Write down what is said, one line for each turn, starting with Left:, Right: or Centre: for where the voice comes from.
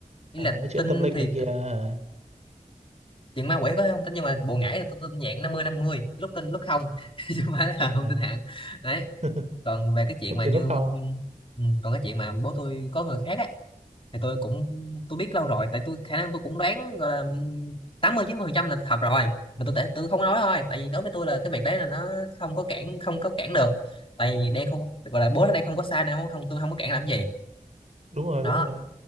Left: ý
Right: à,
Left: là
Right: mấy chuyện
Left: tin
Right: tâm linh
Left: thì
Right: này kia
Left: t-
Right: hả?
Left: chuyện ma quỷ có không tin nhưng mà bùa ngải thì tôi tin dạng năm mươi năm mươi lúc tin lúc không <laughs> chứ không phải là không
Right: À,
Left: tin hẳn đấy
Right: <laughs>
Left: còn về cái chuyện
Right: lúc
Left: mà
Right: tiền
Left: như
Right: lúc không.
Left: ừ, còn cái chuyện mà bố tôi có người khác ấy thì tôi cũng tôi biết lâu rồi tại tôi khả năng tôi cũng đoán gọi là tám mươi chín mươi phần trăm là thật rồi mà tôi tại tôi không nói thôi tại vì đối với tôi là cái việc đấy là nó không có cản không có cản được tại vì đang không gọi là bố nó đang không có sai nên không tôi không có cản làm gì
Right: Đúng rồi,
Left: đó
Right: đúng rồi.